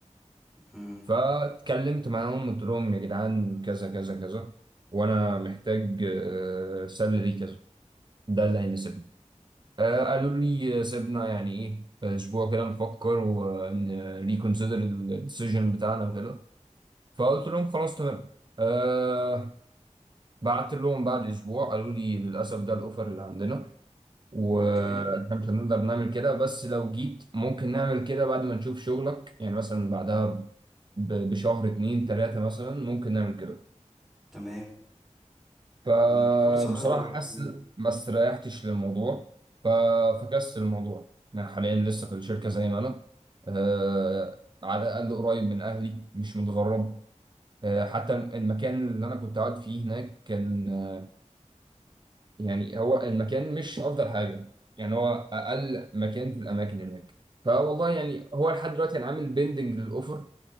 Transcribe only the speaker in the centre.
مم.
اوكي
تمام
طب ما دي فرصه حلوه
مم.